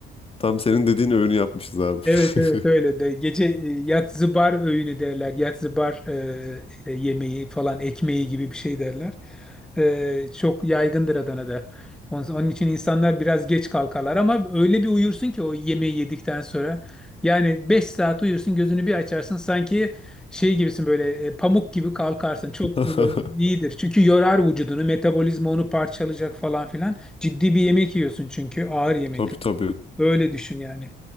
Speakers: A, on the left (about 30°); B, in the centre.
A: Tam senin dediğin öğünü yapmışız abi.
B: Evet
A: <laughs>
B: evet öyle de gece e, yatzıbar öğünü derler yatzıbar e, e, yemeği falan ekmeği gibi bir şey derler. E, çok yaygındır Adana'da. Onun, onun için insanlar biraz geç kalkarlar ama öyle bir uyursun ki o yemeği yedikten sonra. Yani 5 saat uyursun gözünü bir açarsın sanki şey gibisin böyle e, pamuk gibi kalkarsın. Çok
A: <laughs>
B: e, iyidir çünkü yorar vücudunu metabolizma onu parçalayacak falan filan. Ciddi bir yemek yiyorsun çünkü ağır yemekler.
A: Tabii tabii.
B: Öyle düşün yani.